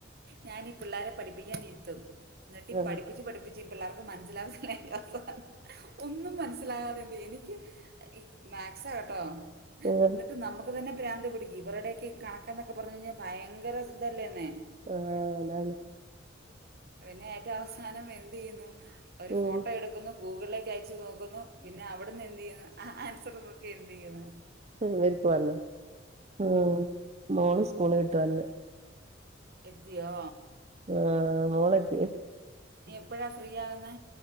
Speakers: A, on the right; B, on the right.
A: ഞാൻ ഈ പിള്ളേരെ പഠിപ്പിക്കാനിരുത്തും എന്നിട്ട്
B: ഉം
A: പഠിപ്പിച്ച് പഠിപ്പിച്ച് പിള്ളർക്ക് മന <unintelligible> ഒന്നും മനസ്സിലാകതെണ്ട് എനിക്ക് ഈ മാത്‍സ കേട്ടോ
B: ആഹ്
A: എന്നിട്ട് നമുക്ക് തന്നെ പ്രാന്ത് പിടിക്കും ഇവരുടോക്കെ ഈ കണക്കെന്നൊക്കെ പറഞ്ഞു കഴിഞ്ഞാ ഭയങ്കര ഇതല്ലേന്നെ
B: ആഹ അതാന്ന്
A: പിന്നെ അവസാനം എന്തെയുന്നു ഒരു
B: ഉം
A: ഫോട്ടോ എടുക്കുന്നു ഗൂഗിളിലേക്ക് അയച്ചു നോ ക്കുന്നു പിന്നെ അവിടുന്ന് എന്ത്‌ ചെയ്യുന്ന് ആൻസർ നോക്കി എന്ത് ചെയ്യുന്ന്
B: ഉം ഇവർക്കൊ വന്ന് ഉം മോള് സ്കൂൾ വിട്ട് വന്ന്
A: എത്തിയോ
B: ആഹ് മോളെത്തി
A: എപ്പഴാ ഫ്രീ ആകുന്നെ